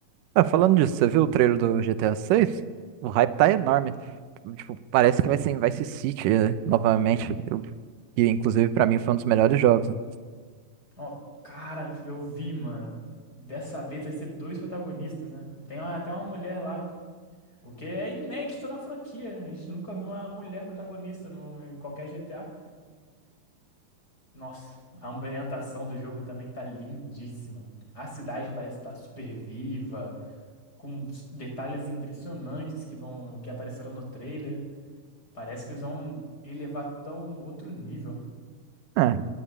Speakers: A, on the right; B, on the left.
A: Ah, falando disso, você viu o trailer do GTA VI? O hype tá enorme. Tipo, parece que vai ser em Vice City, eh, novamente. Eu- que inclusive pra mim foi um dos melhores jogos, né?
B: Ó, cara, eu vi, mano. Dessa vez vai ser dois protagonistas, né? Tem uma- até uma mulher lá, o que é inédito na franquia. né? A gente nunca viu uma mulher protagonista no, em qualquer GTA. Nossa, a ambientação do jogo também tá lindíssima. A cidade parece estar super viva, com s- detalhes impressionantes que vão, que apareceram no trailer. Parece que eles vão elevar tudo a um outro nível.
A: É,